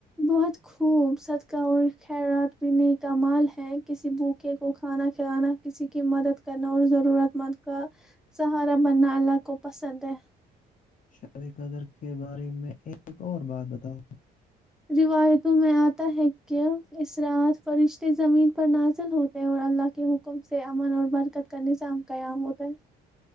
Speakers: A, in the centre; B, on the left.
A: بہت خوب صدقہ اور خیرات بھی ن کا مال ہے کسی بھوکے کو کھانا کھلانا کسی کی مدد کرنا اور ضرورت مند کا سہارا بننا اللہ کو پسند ہے
B: شاب قدر کے بارے میں ایک اور بات بتاؤ
A: روایتوں میں آتا ہے کہ ارات فرشتے زمین پر نازل ہوتے ہیں اور اللہ کے حکم سے امن اور برکت کا نظام قیام ہوتا ہے